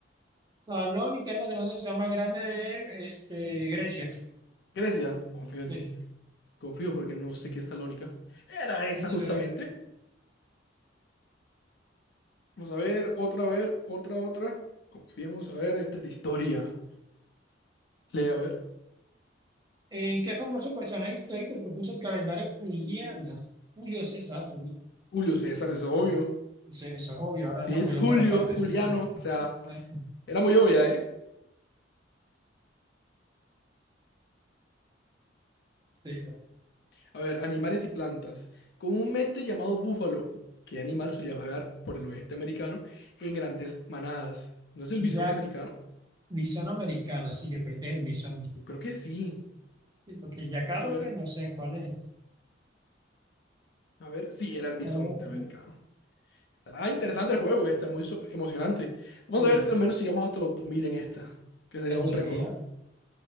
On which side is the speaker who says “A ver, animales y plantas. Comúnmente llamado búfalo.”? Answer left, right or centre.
Left